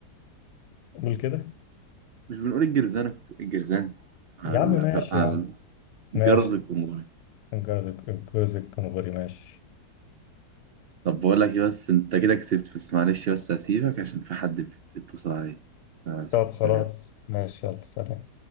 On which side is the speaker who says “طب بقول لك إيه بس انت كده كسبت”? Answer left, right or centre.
Right